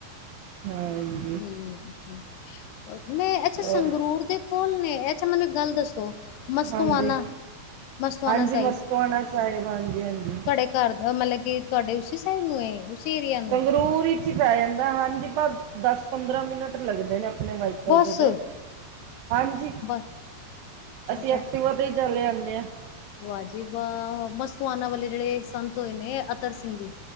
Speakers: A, on the right; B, on the left.
A: ਹਾਂ।
B: ਤੇ, ਠੀਕ ਮੈਂ ਅੱਛਾ ਸੰਗਰੂਰ
A: ਔਰ
B: ਦੇ। ਪੁੱਲ ਨੇ ਅੱਛਾ ਮੈਨੂੰ ਇੱਕ ਗੱਲ ਦੱਸੋ? ਮਸਤੋਅਣਾ
A: ਹਾਂਜੀ
B: ਮਸਤੂਆਣਾ
A: ਹਾਂਜੀ
B: ਸਾਹਿਬ
A: ਮਸਤੋਆਣਾ
B: ਤੁਹਾਡੇ
A: ਸਾਹਿਬ ਹਾਂਜੀ ਹਾਂਜੀ
B: ਘਰ ਦਾ ਮਤਲਬ ਕਿ ਤੁਹਾਡੇ ਉਸਸੀ ਸਾਈਡ ਨੂੰ। ਉਸੀ ਏਰੀਆ ਨੂੰ
A: ਸੰਗਰੂਰ ਵਿੱਚ ਹੀ ਪੈ ਜਾਂਦਾ ਹਾਂਜੀ ਬਸ ਦਸ ਪੰਦਰਾਂ ਮਿੰਟ ਲੱਗਦੇ ਨੇ ਆਪਣੇ ਵਾਈਕਲ
B: ਬਸ
A: ਦੇ ਤੇ ਹਾਂਜੀ
B: ਬਸ ਅੱਛਾ
A: ਅਸੀਂ ਐਕਟਿਵਾ ਤੇ ਹੀ ਚ ਲ ਆਦੇ ਹਾਂ
B: ਵਾਹਜੀ ਵਾਹ ਮਸਤੂਆਨਾ ਵਾਲੇ ਜਿਹੜੇ ਸੰਤ ਹੋਏ ਨੇ ਅਤਰ ਸਿੰਘ ਜੀ